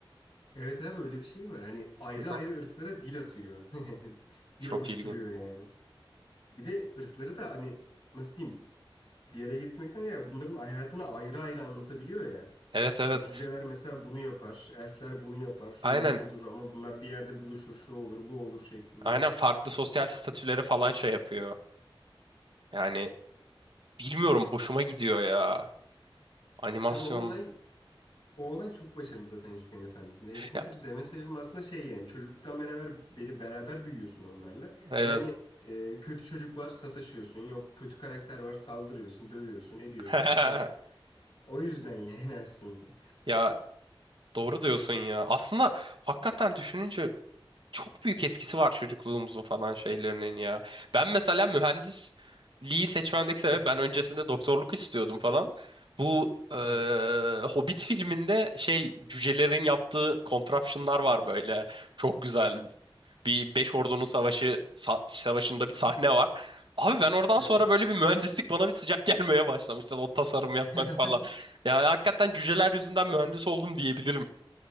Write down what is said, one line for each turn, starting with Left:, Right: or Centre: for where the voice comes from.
Left: Evet abi öyle bir şey var. Hani ayrı
Right: Hı
Left: ayrı
Right: hı.
Left: ırklara dil atıyor. <laughs>
Right: Çok
Left: Dil oluşturuyor
Right: ilginç.
Left: yani. Bir de ırkları da hani nasıl diyeyim bir yere getirmekten ya bunların hayatını ayrı ayrı anlatabiliyor ya.
Right: Evet evet.
Left: Ha, cüceler mesela bunu yapar. Elfler bunu yapar. Şunlar
Right: Aynen.
Left: budur ama bunlar bir yerde buluşur. Şu olur bu olur şeklinde.
Right: Aynen farklı sosyal statüleri falan şey yapıyor. Yani bilmiyorum hoşuma gidiyor ya. Animasyon.
Left: Abi o olay O olay çok başarılı zaten Yüzüklerin Efendisi'nde. Harry Potter
Right: Ya,
Left: deme sebebim aslında şey yani çocukluktan beraber beri beraber büyüyorsun onlarla.
Right: evet.
Left: Ve hani e, kötü çocuk var sataşıyorsun. Yok kötü karakter var saldırıyorsun, dövüyorsun, ediyorsun
Right: <laughs>
Left: falan. O yüzden yani <laughs> aslında.
Right: Ya doğru diyorsun ya. Aslında hakikaten düşününce çok büyük etkisi var çocukluğumuzun falan şeylerinin ya. Ben mesela mühendisliği seçmemdeki sebep
Left: Hı hı.
Right: ben öncesinde doktorluk istiyordum falan. Bu eee,
Left: Evet.
Right: Hobbit filminde şey cücelerin yaptığı contraption'lar var böyle. Çok güzel. Bir Beş Ordu'nun savaşı sa- savaşında bir sahne var. Abi ben oradan
Left: Hı
Right: sonra
Left: hı.
Right: böyle bir mühendislik bana bir sıcak <laughs> gelmeye başlamıştı. O tasarım
Left: <laughs>
Right: yapmak falan. Ya hakikaten cüceler yüzünden mühendis oldum diyebilirim.